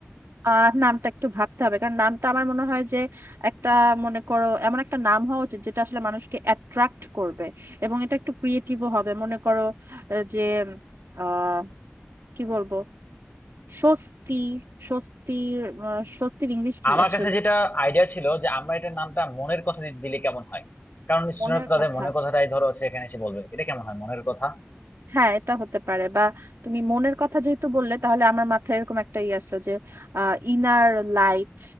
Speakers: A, on the right (about 80°); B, on the left (about 40°).
A: আহ নামটা একটু ভাবতে হবে কারণ নামটা আমার মনে হয় যে একটা মনে করো এমন একটা নাম হওয়া উচিত যেটা আসলে মানুষকে অ্যাট্রাক্ট করবে এবং এটা একটু ক্রিয়েটিভও হবে মনে করো আহ, যে আহ কি বলবো স্বস্তি স্বস্তির আহ, স্বস্তির ইংলিশ কি
B: আমার
A: আসলে
B: কাছে যেটা আইডিয়া ছিল যে আমরা এটার নামটা মনের কথা দি- দিলে কেমন হয় কারণ
A: মনের
B: স্টুডেন্ট তাদের
A: কথা
B: মনের কথাটাই ধরো হচ্ছে এখানে এসে বলবে এটা কেমন হয় মনের কথা
A: হ্যাঁ এটা হতে পারে বা তুমি মনের কথা যেহেতু বললে তাহলে আমার মাথায় এরকম একটা ই আসলো যে ইনার লাইট